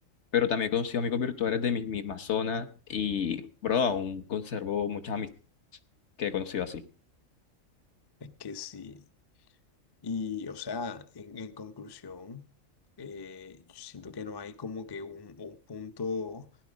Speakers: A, on the left (about 55°); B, on the left (about 25°).
A: pero también conocí amigos virtuales de mi misma zona y, bro, aún conservo muchas amistades que he conocido así.
B: es que sí. Y, o sea, en, en conclusión, eh, yo siento que no hay como que un, un punto, o